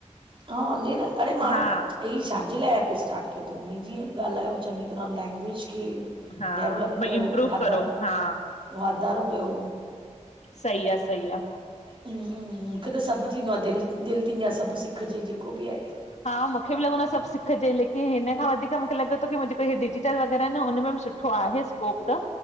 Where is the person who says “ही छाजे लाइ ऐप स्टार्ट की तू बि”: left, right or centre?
Right